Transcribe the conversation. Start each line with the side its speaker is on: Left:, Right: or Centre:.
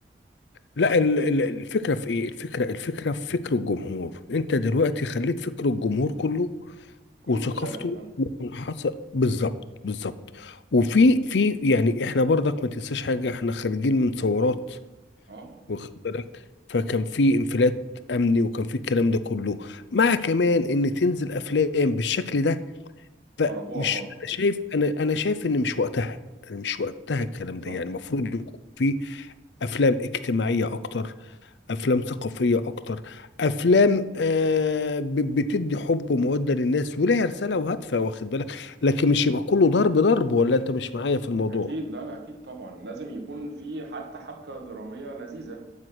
Left: لا ال- ال- الفكرة في ايه؟ الفكرة الفكرة في فكر الجمهور، انت دلوقتي خليت فكر الجمهور كله
Right: كله
Left: وثقافته
Right: متشرد فاهم؟
Left: منحصر بالظبط بالظبط وفي في يعني احنا برضك ما تنساش حاجة احنا خارجين من ثورات
Right: أه
Left: واخد بالك فكان في انفلات امني وكان في الكلام ده كله مع كمان ان تنزل افلام بالشكل ده فمش
Right: خربوها خالص
Left: انا شايف انا انا شايف ان مش وقتها يعني مش وقتها الكلام ده
Right: صح
Left: يعني المفروض يكون في افلام اجتماعية اكتر افلام ثقافيه اكتر افلام آه ب- بتدي حب وموده للناس وليها رساله وهدفها واخد بالك لكن مش يبقى كله ضرب ضرب ولا انت مش معايا في الموضوع
Right: أكيد لا لا أكيد طبعا لازم يكون في حتى حبكة درامية لذيذة